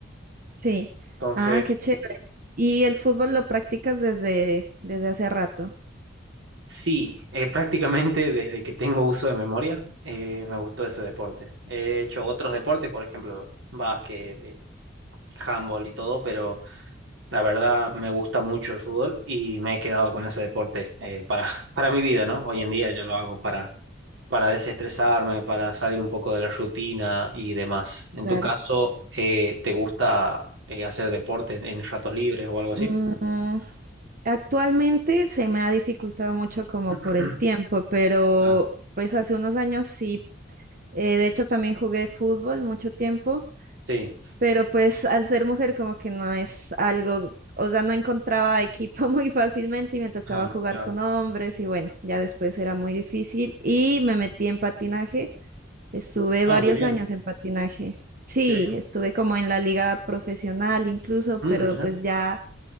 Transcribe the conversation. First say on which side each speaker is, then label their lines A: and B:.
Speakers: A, on the right; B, on the right.
A: Sí.
B: Entonces,
A: Ah, qué chévere. ¿Y el fútbol lo practicas desde, desde hace rato?
B: sí, eh, prácticamente desde que tengo uso de memoria, eh, me gustó ese deporte. He hecho otros deportes, por ejemplo, básquet, eh, handball y todo, pero la verdad me gusta mucho el fútbol y me he quedado con ese deporte eh, para, <laughs> para mi vida, ¿no? Hoy en día yo lo hago para para desestresarme, para salir un poco de la rutina y demás. En
A: Claro.
B: tu caso, eh, ¿te gusta eh, hacer deporte en, en ratos libres o algo
A: Mm,
B: así?
A: actualmente se me ha dificultado mucho como
B: <clears throat>
A: por el tiempo, pero
B: Claro.
A: pues hace unos años sí. Eh, de hecho, también jugué fútbol mucho tiempo,
B: Sí,
A: pero pues al ser mujer como que no es algo, o sea, no encontraba equipo <laughs> muy fácilmente y me tocaba
B: ah,
A: jugar
B: claro.
A: con hombres y bueno, ya después era muy difícil y me metí en patinaje Estuve
B: Ah,
A: varios
B: qué bien,
A: años en patinaje. Sí,
B: qué bien.
A: estuve como en la liga profesional incluso,
B: Mm,
A: pero
B: mira.
A: pues ya